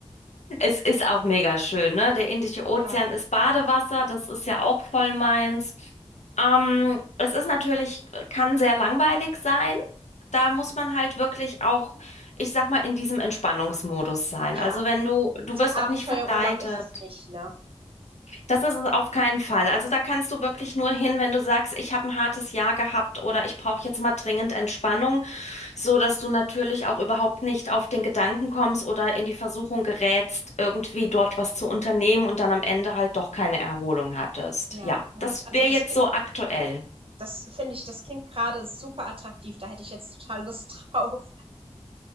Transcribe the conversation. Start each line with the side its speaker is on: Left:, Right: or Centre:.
Left: Es ist auch mega schön, ne? Der Indische Ozean
Right: Ja,
Left: ist Badewasser, das ist ja auch voll meins. Ähm, es ist natürlich, kann sehr langweilig sein. Da muss man halt wirklich auch, ich sag mal, in diesem Entspannungsmodus sein.
Right: ja.
Left: Also wenn du, du
Right: Also
Left: wirst
Right: ein Abenteuerurlaub
Left: auch nicht verleitet.
Right: ist es nicht, ne?
Left: Das ist es auf keinen Fall. Also da kannst du wirklich nur hin, wenn du sagst, ich habe ein hartes Jahr gehabt oder ich brauche jetzt mal dringend Entspannung so dass du natürlich auch überhaupt nicht auf den Gedanken kommst oder in die Versuchung gerätst, irgendwie dort was zu unternehmen und dann am Ende halt doch keine Erholung hattest.
Right: Ja,
Left: Ja,
Right: oh,
Left: das
Right: also
Left: wäre
Right: das
Left: jetzt
Right: klingt
Left: so aktuell.
Right: Das finde ich, das klingt gerade super attraktiv. Da hätte ich jetzt total Lust <laughs> drauf.